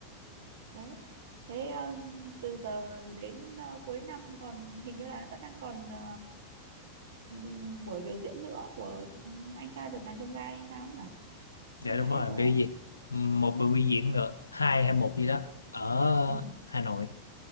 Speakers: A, on the right; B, on the left.
A: đấy thế ờ, từ giờ đến ờ, cuối năm còn hình như là vẫn đang còn ờ, ừm, buổi biểu diễn nữa của ch- anh trai vượt ngàn chông gai hay sao nhỉ
B: dạ
A: hay
B: đúng
A: là hết
B: rồi
A: rồi
B: biểu
A: em
B: diễn một buổi biểu diễn nữa hai hay một gì đó ở
A: ừ
B: Hà Nội